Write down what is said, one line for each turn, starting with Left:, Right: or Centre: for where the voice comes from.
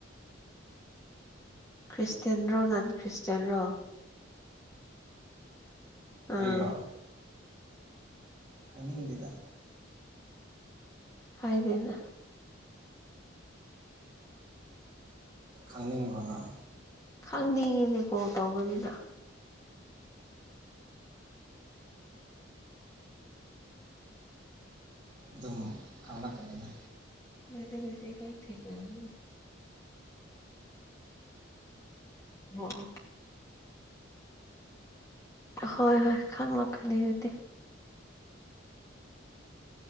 Left: ꯈ꯭ꯔꯤꯁꯇꯌꯥꯦꯟ ꯔꯣ ꯅꯟ ꯈ꯭ꯔꯤꯁꯇꯌꯥꯦꯟ ꯔꯣ ꯑꯥ
Right: ꯑꯩꯔꯣ ꯍꯥꯏꯅꯤꯡꯗꯦꯗ
Left: ꯍꯥꯏꯗꯦꯅ
Right: ꯈꯪꯅꯤꯡꯕ꯭ꯔꯣ ꯅꯪ
Left: ꯈꯪꯅꯤꯡꯉꯤꯅꯦ ꯀꯣꯜ ꯇꯧꯕꯒꯤꯗ
Right: ꯑꯗꯨꯝ ꯈꯪꯪꯂꯛꯀꯅꯤꯗ
Left: ꯃꯣꯏꯗꯤ <unintelligible> ꯑꯣꯑꯣ ꯍꯣꯏ ꯍꯣꯏ ꯈꯪꯂꯛꯀꯅꯤ ꯑꯗꯨꯗꯤ